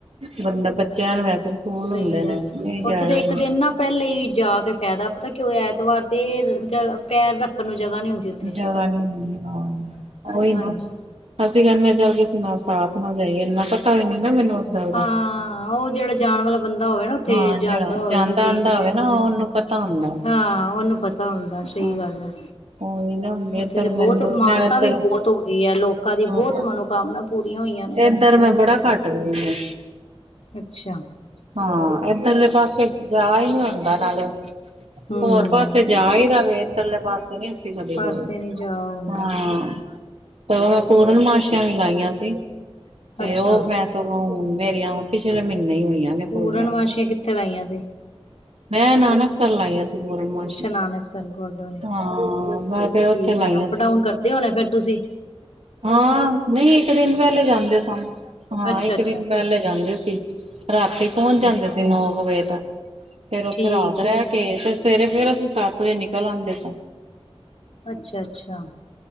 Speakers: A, on the right; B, on the left.
A: ਮਤਲਬ ਬੱਚਿਆਂ ਨੂੰ ਵੈਸੇ ਸਕੂਲ
B: ਸਹੀ
A: ਹੁੰਦੇ
B: ਗੱਲ
A: ਨੇ ਨਹੀਂ ਜਾਏ
B: ਉੱਥੇ ਤੇ ਇੱਕ ਦਿਨ ਨਾ ਪਹਿਲੇ ਹੀ ਜਾ ਕੇ ਫਾਇਦਾ, ਪਤਾ ਕ ਕਿਉਂ ਐਤਵਾਰ 'ਤੇ ਰ ਜ, ਪੈਰ ਰੱਖਣ ਨੂੰ ਜਗ੍ਹਾ ਨੀ ਹੁੰਦੀ। ਉੱਥੇ
A: ਜਗਾ ਨੀ ਹੁੰਦੀ ਹਾਂ, ਉਹੀ ਨਾ
B: ਹਾਂਜੀ
A: ਅ ਅਸੀਂ ਕੈਂਦੇ ਹਾਂ ਚੱਲ ਕਿਸੇ ਨਾਲ ਸਾਥ ਨਾ ਜਾਈਏ, ਇੰਨਾ ਪਤਾ ਵੀ ਨੀ ਨਾ ਮੈਨੂੰ। ਓਦਾਂ ਦਾ
B: ਹਾਂ ਉਹ ਜਿਹੜਾ ਜਾਨ ਵਾਲਾ ਬੰਦਾ ਹੋਵੇ ਨਾ ਉੱਥੇ
A: ਹਾਂ
B: ਜਾਂਦਾ
A: ਜਿਹੜਾ
B: ਹੋਵੇ ਰੂਟੀਨ
A: ਆਂਦਾ
B: ਫੇਰ
A: ਹੋਵੇ ਨਾ
B: ਬੰਦਾ,
A: ਉਹਨੂੰ ਪਤਾ ਹੁੰਦਾ
B: ਹਾਂ ਉਹਨੂੰ ਪਤਾ ਹੁੰਦਾ। ਸਹੀ
A: ਹਾਂ
B: ਗੱਲ ਆ।
A: ਉਹੀ ਨਾ
B: ਉੱਥੇ
A: ਇੱਧਰ
B: ਤੇ
A: ਮੈਨੂੰ
B: ਬਹੁਤ ਮਾਨਤਾ
A: ਮੈਂ ਇੱਧਰ
B: ਵੀ ਬਹੁਤ ਹੋ ਗਈ ਹੈ, ਲੋਕਾਂ ਦੀ
A: ਹਾਂ
B: ਬਹੁਤ ਮਨੋਕਾਮਨਾ ਪੂਰੀਆਂ ਹੋਈਆਂ ਨੇ।
A: ਇੱਧਰ ਮੈਂ ਬੜਾ ਘੱਟ ਗਈ ਆ
B: ਅੱਛਾ।
A: ਹਾਂ, ਇਧਰਲੇ ਪਾਸੇ ਜਾ ਈ ਨੀ ਹੁੰਦਾ ਨਾਲੇ
B: ਹਮ
A: ਹੋਰ ਪਾਸੇ ਜਾਈਦਾ ਫੇਰ ਚੱਲੇ ਪਾਸ ਬਣੀ ਸੁਵਿਧਾ ਐ
B: ਪਾਸੇ ਨੀ ਜਾ ਹੁੰਦਾ
A: ਹਾਂ ।ਪਰ
B: ਸਹੀ
A: ਪੂਰਨਮਾਸ਼ੀਆਂ ਵੀ ਲਾਈਆਂ ਸੀ। ਤੇ
B: ਅੱਛਾ
A: ਉਹ ਮੈਂ ਸਗੋਂ ਹ ਮੇਰੀਆਂ ਉਹ ਪਿਛਲੇ ਮਹੀਨੇ ਹੀ ਹੋਈਆਂ। ਨੇ
B: ਪੂਰਨਮਾਸ਼ੀਆਂ
A: ਪੂਰੀਆਂ।
B: ਕਿੱਥੇ ਲਾਈਆਂ ਸੀ।
A: ਮੈਂ ਨਾਨਕਸਰ ਲਾਈਆਂ ਸੀ। ਪੂਰਨਮਾਸ਼ੀ।
B: ਅੱਛਾ ਨਾਨਕਸਰ ਗੁਰਦੁਆਰੇ
A: ਹਾਂ, ਮੈ ਫੇਰ
B: ਠੀਕ
A: ਉਥੇ ਲਾਈਆਂ
B: ਆ ਅਪ
A: ਸੀ।
B: ਡਾਊਨ ਕਰਦੇ ਹੋਣੇ ਫੇਰ ਤੁਸੀਂ
A: ਹਾਂ, ਨਹੀਂ ਇੱਕ ਦਿਨ ਪਹਿਲੇ ਜਾਂਦੇ ਸੀ। ਹਾਂ,
B: ਅੱਛਾ
A: ਇੱਕ
B: ਅੱਛਾ
A: ਦਿਨ ਪਹਿਲੇ ਜਾਂਦੇ ਸੀ ਰਾਤੀ ਪਹੁੰਚ
B: ਠੀਕ
A: ਜਾਂਦੇ ਸੀ। ਹੋਰ ਹੋਵੇ ਤਾਂ ਫੇਰ ਉੱਥੇ
B: ਠੀਕ
A: ਰਾਤ
B: ਹੈ
A: ਰਹਿ ਕੇ ਤੇ ਸਵੇਰੇ ਫੇਰ ਅਸੀਂ ਸੱਤ ਵਜੇ ਨਿਕਲ ਆਂਦੇ ਸੀ।
B: ਅੱਛਾ, ਅੱਛਾ।